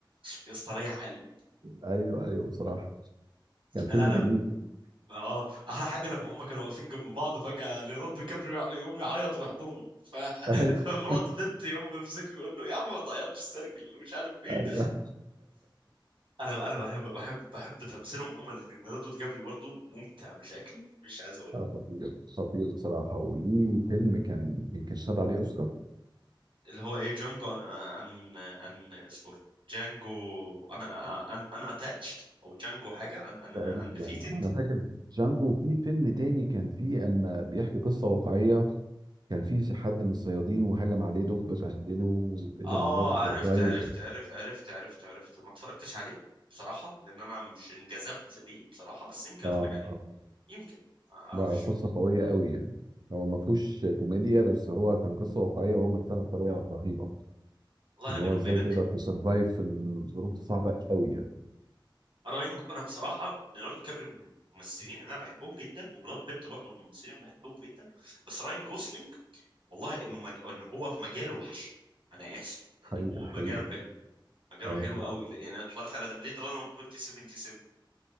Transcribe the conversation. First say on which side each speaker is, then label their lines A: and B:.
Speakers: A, on the right (about 75°); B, on the right (about 55°).
A: يا اسطى ريح قلبي
B: ايوه ايوه بصراحة كان فيلم
A: لا لا
B: جميل <laughs>
A: اه احلى حاجة لما هم كانوا واقفين جنب بعض فجأة ليوناردو كابريو يقوم يعيط ويحضنه ف...
B: ايوه
A: <laughs> فبراد بيت يقوم يمسكه يقول له يا عم ما تعيطش السرجل ومش عارف ايه
B: <laughs> ايوه
A: انا انا بحب بحب بحب تمثيلهم هما الاثنين ليوناردو دي كابريو برضه ممتع بشكل مش عايز اقول لك.
B: آه، خطير خطير بصراحة وليه فيلم كان يمكن خد عليه أوسكار
A: اللي هو ايه جانجو عن عن عن اصبر جانجو انا انا انا اتاتشد او جانجو حاجه ان ان اندفيتد
B: تقريبا آه، أنا فاكر جانجو وفي فيلم تاني كان فيه أما بيحكي قصة واقعية كان فيه حد من الصيادين وهجم عليه دب بهدله وقدر
A: اه
B: إن هو تسرفايف
A: عرفت عرفت عرفت عرفت عرفت عرفت وما اتفرجتش عليه بصراحه لان انا مش انجذبت ليه بصراحه بس يمكن
B: آه،
A: اتفرج عليه
B: آه،
A: يمكن ما اعرفش
B: لا قصة قوية قوي يعني هو ما فيهوش كوميديا بس هو كان قصة واقعية وهو مثلها بطريقة رهيبة
A: والله
B: إن
A: انا
B: هو
A: بيني
B: إزاي
A: وبينك
B: تقدر تسرفايف في الظروف الصعبة قوي يعني
A: راين انا بصراحه ليوناردو كابريو من الممثلين اللي انا بحبهم جدا وبراد بيت برضه من الممثلين اللي بحبهم جدا بس راين جوسلينج والله انه مج... ان هو في مجاله وحش انا اسف يعني
B: حقيقة
A: هو
B: حقيقة
A: مجاله حلو مجاله
B: آه
A: حلو قوي يعني انا اتفرجت على ذا بليد رانر 2077